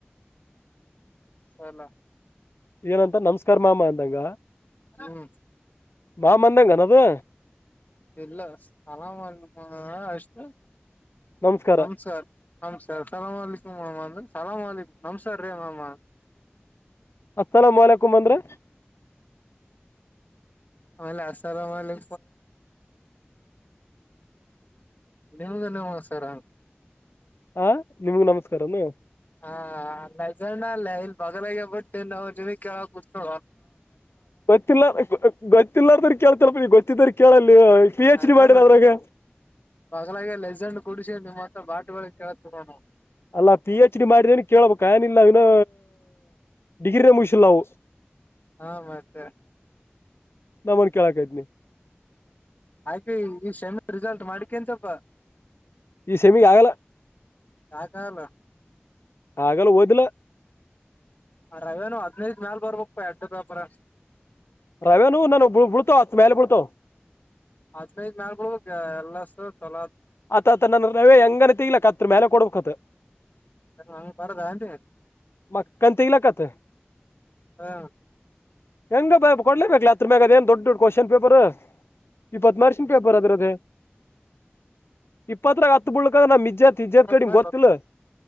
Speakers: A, on the left (about 45°); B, on the left (about 80°).
A: ಹಲ್ಲ
B: ಏನಂತ ನಮಸ್ಕಾರ ಮಾಮ ಅಂದಂಗ
A: ಹ್ಮ
B: ನ ಮಂದಂಗನದು
A: ಇಲ್ಲ ಸ್ಲಾಮ ಅಷ್ಟು
B: ನಮಸ್ಕಾರ
A: ನಮ್ ಸರ್ ನಮ್ ಸರ್ ಸಲಾಮಾಲಕು ಮಾಾಮಾ ಸಲಾಮಕು್ ನಮಸ್ಾರ ರೀ ಮಾಾಮಾ
B: ಅಸಲಂ ವಲ್ಕುಮ ಅಂದ್ರೆ
A: ಅ ಅಸಲಾಮಲಿ ನೀವುದನ್ನವಾ ಸರಾ
B: ಹ ನಿಮಗ ನಮಸ್ಕಾರನು
A: ಹಾ ನಜಣ್ಣ ಅಲ್ಲೇ ಇಲ್ ಬಗಲಾಗ ಬಿಟ್ಟತನ್ ನ ಕೇಳ ಕುೂತ್ೋ
B: ಗೊತ್ತಿಲ್ಲ ಗೊತ್ತಿಲ್ಲಾರದರು ಕೇಳ್ತಾರಪ್ಪ ನೀ ಗೊತ್ತಿದ್ರ ಕೇಳಲ್ಲಿ ಪಿ ಎಚ್
A: ಅದ
B: ಡಿ ಮಾಡಿರ
A: ಮ
B: ಅದ್ರಾಗ
A: ಬಲಾಗ ಲೆಸಂಡ್ ಕೂಡ ನಿಮ್ಮ್ತ್ರ ಬಾಟ್ುಗಳ ಕೇೇಳ ನೋಣ
B: ಅಲ್ಲಾ ಪಿ ಹೆಚ್ ಡಿ ಮಾಡಿದೇನೆ ಕೇಳ್ಬೇಕ ಏನಿಲ್ಲ ಇನು ಡಿಗ್ರಿ ರೆಮೋಷನ್ ಲವು
A: ಹಾ ಮತ್ತ
B: ನಮ್ಮನ್ ಕೇಳಕ್ತ್ನಿ
A: ಹಾಗೆ ಈ ಸೆಮನೆ ರಿಸಲ್ಟ್ ಮಾಡ್ಿಕನ್ಸಲ್ಪ
B: ಈ ಸೆಮಿಗೆ ಆಗಲ್ಲ
A: ಯಾಕಲ್ಲ
B: ಹಾಗಗಲ್ಲ ವದಲ
A: ರವೆೇನು ಹದ್ಿನೈದ ನಾಲ ಬರ್ಬೇಕಕ್ ಪ ಎಡ್ಡು ಪ್ಯಾಪರ
B: ರವೆನು ನಾನು ಬಿಳ್ತಾವ ಆತ್ ಮೇಲೆ ಬಳ್ತಾವ
A: ಅದ್್ಮೇ ನಬಳ್ ಎಲ್ಲಸ ಚಲ
B: ಆತತ ನನ್ನ ನವೇ ಹೆಂಗನನೆ ತಿಗ್ಲಾಕತ್ ಮೇಲೆ ಕೊಡ್ಬೇಕತ್
A: ಹಂಗ ಬಾರದ ಅಂತ
B: ಮ ಕಂತಂತಗ್ಲಕ್ಕತ್ತ
A: ಹ
B: ಹೆಂಗ ಬ ಕೊಡ್ಲೇಬೇಕಲ ಅತ್ರ ಮ್ಯಾಗ ಅದ ಏನ್ ದೊಡ್ ದೊಡ್ ಕ್ವಶನ್ ಪೇಪರ್ ಇಪ್ಪತ್ ಮಷನ್ ಪೇಪರ್ ಅದಿರದದೆ ಇಪ್ಪತ್ತರ ಹತ್ತು ಬಿಳ್ಕ ನ್ ಜ ತಜ ಕಡಿ
A: ಮಾಡ
B: ಬತ್ತತಲ್ಲ